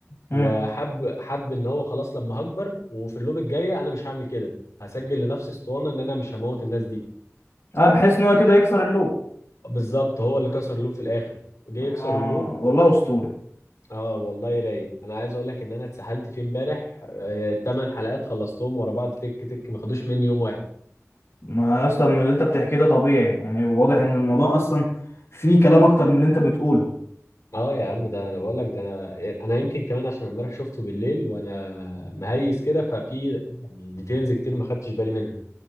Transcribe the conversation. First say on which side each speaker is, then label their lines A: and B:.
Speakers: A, on the left; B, on the left.
A: امم
B: وحب حب ان هو خلاص لما هكبر وفي اللوب الجايه انا مش هعمل كده هسجل لنفسي اسطوانه ان انا مش هموت الناس دي
A: اه بحيث ان هو كده يكسر اللوب
B: بالظبط هو اللي كسر اللوب في الاخر جه
A: طب
B: يكسر
A: ما-
B: اللوب
A: والله اسطوري
B: اه والله رايق انا عايز اقول لك ان انا اتسحلت فيه امبارح الثمان حلقات خلصتهم ورا بعض تك تك ما خدوش مني يوم واحد
A: ما يا اسطى من اللي انت بتحكيه ده طبيعي يعني واضح ان الموضوع اصلا فيه كلام اكتر من اللي انت بتقوله
B: اه يا عم ده انا بقول لك ده انا انا يمكن كمان عشان امبارح شفته بالليل وانا مهيس كده ففي يعني ديتيلز كتير ما خدتش بالي منها